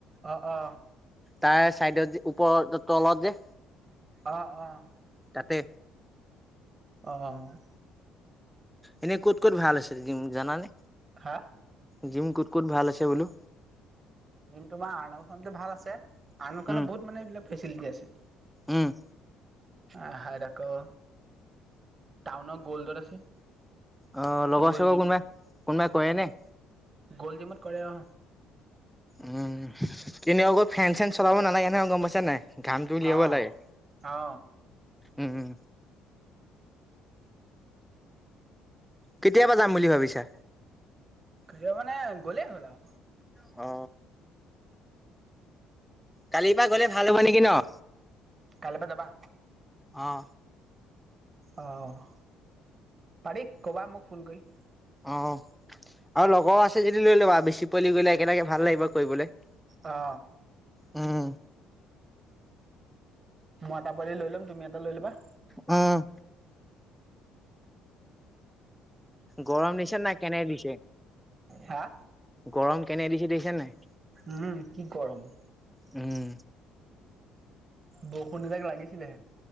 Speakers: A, on the right; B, in the centre.
A: অ অ
B: তাৰে চাইডত যে ওপৰত ত তলত যে।
A: অ' অ'।
B: তাতে।
A: অ'।
B: এনেই ক'ত ক'ত ভাল আছিল জিম জানানে?
A: হা?
B: জিম ক'ত ক'ত ভাল আছে বোলো?
A: জিম তোমাৰ আৰ্নল্ডখন ভাল আছে, আৰ্নল্ডখন
B: উম
A: বহুত মানে এইবিলাক ফেচিলিটি আছে।
B: উম।
A: আহাত আকৌ টাউনৰ গল্ডত আছে।
B: অ, লগৰ
A: গ'ল্ড
B: - চগৰ
A: জিম
B: কোনোবা কোনোবাই কৰে নে?
A: গল্ড জিমত কৰে অ।
B: উম কিন্তু আকৌ ফেন - চেন চলাব নালাগে নহয় গম পাইছা নাই? ঘামটো উলিয়াব
A: অ
B: লাগে
A: অ
B: উম। কেতিয়াবা যাম বুলি ভাবিছা?
A: কেতিয়া মানে গ'লেই হ'ল আৰু।
B: অ। কালিৰ পৰা গলে ভাল হ'ব নেকি ন?
A: কাইলে পা যাবা?
B: অঁ।
A: অঁহ, পাৰি ক'বা মোক ফোন কৰি?
B: অ আৰু লগৰ আছে যদি লৈ ল'বা বেছি পোৱালি গলে একেলগে ভাল লাগিব কৰিবলৈ।
A: অ।
B: উম।
A: মই এটা পোৱালি লৈ লম, তুমি এটা লৈ ল'বা।
B: উম। গৰম দিছে নাই কেনে দিছে?
A: হা
B: গৰম কেনে দিছে দেখিছা নাই?
A: উম কি গৰম?
B: উম।
A: বৰষুন এজাক লাগিছেলেহে।